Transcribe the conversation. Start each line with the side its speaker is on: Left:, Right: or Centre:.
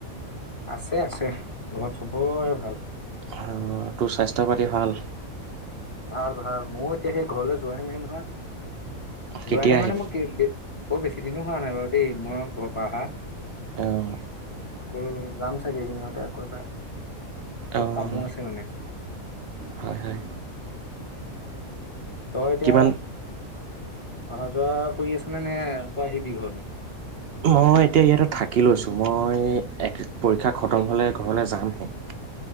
Left: আছে আছে ঘৰত চবৰে ভাল।
Right: হয় তোৰ স্বাস্থ্য পাতি ভাল?
Left: ভাল ভাল ময়ো এতিয়া সেই ঘৰলৈ যোৱাই নাই নহয়
Right: কেতিয়া
Left: যোৱাই নাই
Right: আহিবি?
Left: মানে মোক- বৰ বেছি দিনো হোৱা নাই বাৰু দেই মই ঘৰৰ পৰা আহা।
Right: অঁ
Left: আকৌ যাম চাগে এইকেইদিনতে আকৌ এবাৰ, অলপ
Right: অ',
Left: কামো আছে মানে।
Right: হয় হয়
Left: তই এতিয়া-
Right: কিমান
Left: অহা যোৱা কৰি আছ নে নে আকৌ আহিবি ঘৰলে?
Right: মই এতিয়া ইয়াতে থাকি লৈছোঁ মই এক- পৰীক্ষা খতম হলে ঘৰলৈ যামহে।